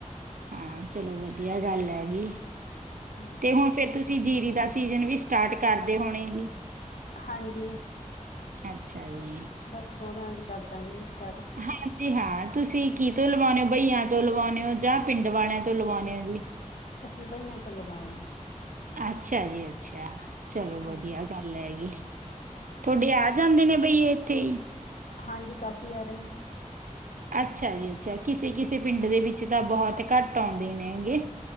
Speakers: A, on the right; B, on the left.
A: ਹਾਂ ਚਲੋ ਵਧੀਆ ਗੱਲ ਹੈਗੀ,
B: ਹਾਂਜੀ
A: ਤੇ ਹੁਣ ਫੇਰ ਤੁਸ ਸੀ, ਜੀਰੀ ਦਾ ਸੀਜ਼ਨ ਵੀ ਸਟਾਰਟ ਕਰਦੇ ਹੋਣੇ ਜੀ?
B: ਹਾਂਜੀ।
A: ਅੱਛਾ ਜੀ।
B: ਬਸ ਦੋ ਦਿਨਾਂ ਚ ਕਰਦਾਂਗੇ ਜੀ ਸਟਾਰਟ।
A: ਹਾਂਜੀ ਹਾਂ, ਤੁਸੀਂ ਕੀ ਤੋਂ ਲਵਾਣੇ ਔ? ਬਈਆਂ ਤੋਂ ਲਵੋਨੇ ਔ ਜਾਂ ਪਿੰਡ ਵਾਲਿਆਂ ਤੋਂ ਲਵੋਨੇ ਹੋ ਜੀ?
B: ਅਸੀਂ ਬਈਆਂ ਤੋਂ ਲਵੋਣੇ।
A: ਅੱਛਾ ਜੀ ਅੱਛਾ, ਚਲੋ ਵਧੀਆ
B: ਹਾਂਜੀ
A: ਗੱਲ ਹੈਗੀ। ਥੋਡੇ ਆ ਜਾਂਦੇ ਨੇ ਬਈਏ ਇੱਥੇ ਈ?
B: ਹਾਂਜੀ, ਕਾਫੀ ਆ ਰਹੇ ਨੇ।
A: ਅੱਛਾ ਜੀ ਅੱਛਾ, ਕਿਸੇ-ਕਿਸੇ ਪਿੰਡ ਦੇ ਵਿੱਚ ਤਾਂ ਬਹੁਤ ਘੱਟ ਆਉਂਦੇ ਨੇ ਹੈਗੇ।